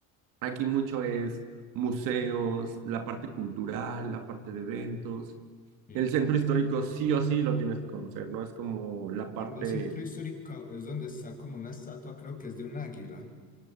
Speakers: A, on the right; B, on the left.
A: Aquí mucho es museos, la parte cultural, la parte de eventos.
B: sí.
A: El centro histórico sí o sí lo tienes que conocer, ¿no? Es como la parte,
B: En el centro histórico es donde está como una estatua, creo que es de un águila.